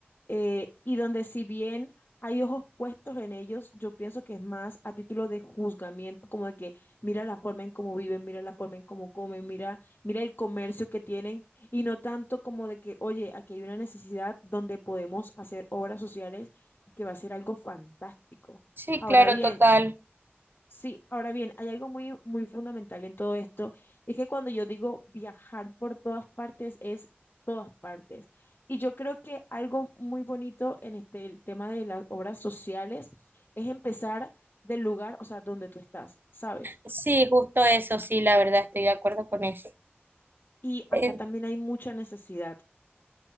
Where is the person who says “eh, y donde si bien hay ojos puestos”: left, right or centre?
Left